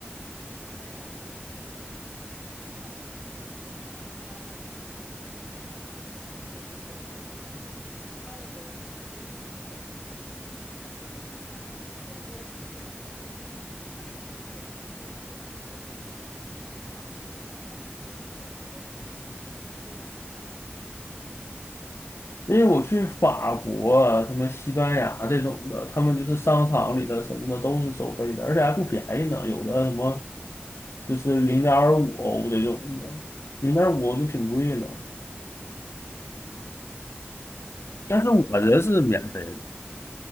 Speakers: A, on the left; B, on the left.
A: 没有，不是，挺少见的。我反正待了一年多，就只见到过三个收费的厕所吧，其他的都都是不收费的。<laughs> 我印象最深的是在中国城里面那个厕所，它是收费的，<laughs> 因为经常去那个地方。而剩下的就还好了，都不收费，几乎都是免费的，都在商场免免费厕所那样。
B: 因为我去法国啊什么西班牙这种的，他们就是商场里的什么的都是收费的，而且还不便宜呢，有的什么就是零点五欧这种的，零点五欧就挺贵了。
A: 嗯，明白。就是那你在大学的时候，
B: 但是我这是免费的。